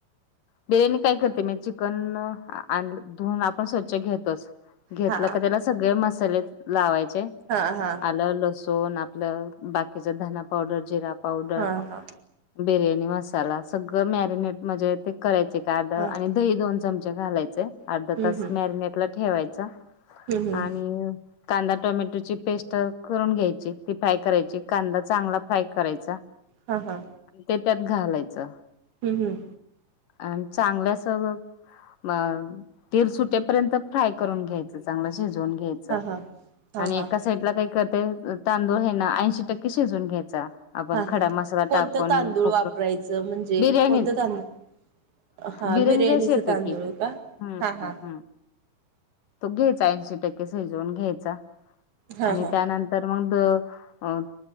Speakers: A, on the left; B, on the right.
A: बिर्याणी काय करते माय चिकन धुवून आपण स्वच्छ घेतोच. घेतलं
B: हा
A: का त्याला सगळे मसाले लावायचे
B: हा हा
A: आलं, लसूण आपलं बाकीच धना पावडर, जिरा पावडर.
B: हा हा
A: बिर्याणी मसाला सगळं मॅरिनेट म्हणजे ते करायचे का अर्ध आणि.
B: हा
A: दही दोन चमचे घालायचे अर्धा
B: हम्म
A: तास
B: हम्म
A: मॅरिनेट ला ठेवायचा
B: हम्म हम्म
A: आणि कांदा टोमॅटोची पेस्ट करून घ्यायची ती फ्राय करायची कांदा चांगला फ्राय करायचा.
B: हा हा
A: आणि ते त्यात घालायचं.
B: हम् हम्
A: आणि चांगलं अस. म तेल सुटेपर्यंत फ्राय करून घ्यायच चांगलं शिजवून घ्यायचं.
B: हा हा हा
A: आणि
B: हा
A: एका साईडला काही करते तांदूळ हे ना ऐंशी टक्के शिजवून घ्यायचं. आपण
B: हा
A: खडा
B: हा
A: मसाला
B: कोणतं
A: टाकून
B: तांदूळ
A: उकडून
B: वापरायचं म्हणजे
A: बिर्याणीच
B: कोणतं तांदूळ हा
A: बिर्याणी
B: बिर्याणीचं
A: राईस येतो
B: तांदूळ
A: की
B: का
A: ह हं.
B: हा हा
A: तो घ्यायचा ऐंशी टक्के शिजवून घ्यायचा
B: हा
A: आणि
B: हा
A: त्यानंतर तर मग